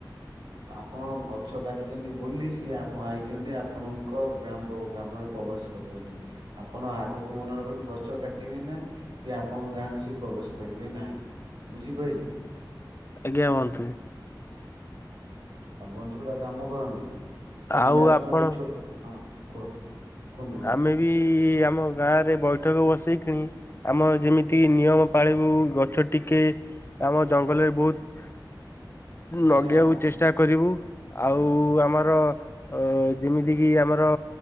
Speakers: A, on the right (about 70°); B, on the left (about 30°).
A: ଆପଣ ଗଛ କାଟିଛନ୍ତି ବୋଲି ସିଏ ଆଇଛନ୍ତି ଆପଣଙ୍କ ଗ୍ରାମ୍ବ ଗ୍ରାମରେ ପ୍ରବାସ କରୁଛନ୍ତି ଆପଣ ଆଗକୁ ମନେ ରଖନ୍ତୁ ଗଛ କାଟିବେ ନାହିଁ। କି ଆପଣଙ୍କ ଗାଁରୁ ସେ ପ୍ରବେଶ କରିବେ ନାହିଁ ବୁଝିପାଇଲେ।
B: ଆଜ୍ଞା <unintelligible>
A: ବନ୍ଧୁ ଗୋଟେ କାମ କରନ୍ତୁ ପିଲା
B: ଆଉ
A: ଛୁଆ
B: ଆପଣ
A: ବି ଛୋ ହଁ। କୁହ କୁହନ୍ତୁ ବନ୍ଧୁ
B: ଆମେ ବି ଆମ ଗାଁ ରେ ବୈଠକ ବସେଇ କିଣି ଆମେ ଯେମିତି ନିୟମ ପାଳିବୁ ଗଛ ଟିକେ ଆମ ଜଙ୍ଗଲରେ ବୋହୁତ ଲଗେଇବାକୁ
A: ନାଇଁ
B: ଚେଷ୍ଟା କରିବୁ
A: ଆପା
B: ଆଉ ଆମର ଅ ଯେମିତି କିି ଆମର